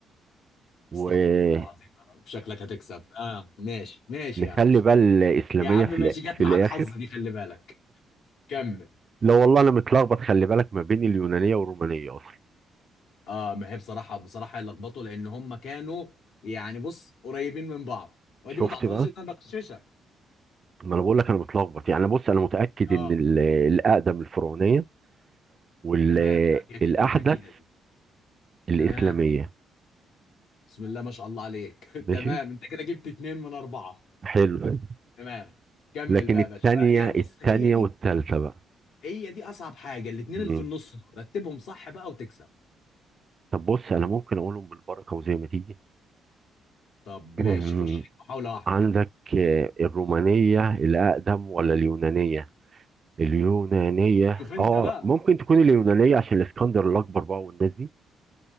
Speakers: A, on the right; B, on the left.
A: وماشي
B: استغفر الله العظيم يا رب شكلك هتكسب اه ماشي ماشي
A: نخلي
B: يا عم
A: بقى الاسلاميه
B: يا عم
A: في
B: ماشي
A: الآ-
B: جت
A: في
B: معاك
A: الاخر
B: حظ دي خلي بالك كمل
A: لا والله انا متلخبط خلي بالك ما بين اليونانيه والرومانيه اصلا
B: اه ما هي بصراحه بصراحه لخبطوا لان هم كانوا يعني بص قريبين من بعض ودي
A: شفت
B: ما تعتبرش
A: بقى
B: ان انا بغششك
A: ما انا بقول لك انا متلخبط يعني بص انا متاكد
B: اه
A: ان ال- الاقدم الفرعونيه والاحدث
B: تمام اكيد اكيد دي
A: الإسلامية
B: تمام بسم الله ما شاء الله عليك <laughs>
A: ماشي
B: تمام انت كده جبت اتنين من اربعه
A: حلو
B: تمام كمل
A: لكن
B: بقى
A: التانية
B: يا باشا آه، هي بص
A: التانية
B: هي دي
A: والتالتة بقى
B: هي دي اصعب حاجه الاتنين
A: مم.
B: اللي في النص دول رتبهم صح بقى وتكسب
A: طب بص أنا ممكن أقولهم بالبركة وزي ما تيجي
B: طب ماشي
A: مم.
B: خش لك
A: <clears throat>
B: محاوله واحده
A: عندك آه، الرومانية الأقدم ولا اليونانية اليونانية
B: شوف انت
A: اه
B: بقى
A: ممكن تكون اليونانية عشان الاسكندر الأكبر بقى والناس دي